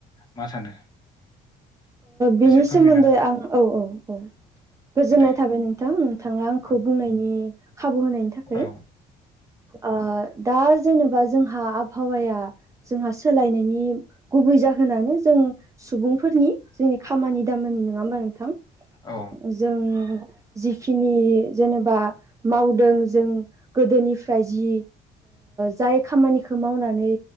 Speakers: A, on the left; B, on the right.
A: मा सानो
B: बिनि
A: एसे फोरमायना
B: सोमोन्दै
A: होदो
B: आं औ औ औ गोजोननाय
A: दे
B: था बाय नोंथां नोंथाङा आंखौ
A: औ
B: बुंनायनि खाबु होनायनि थाखाय
A: औ
B: औ दा जेनेबा जोंहा आबहावाया जोंहा सोलायनायनि गुबै जाहोनानो जों सुबुंफोरनि जोंनि खामानि दामानि नङा होमबा नोंथां
A: औ
B: जों जिखिनि जेनेबा मावदों जों गोदोनिफ्राय जि जाय खामानिखौ मावनानै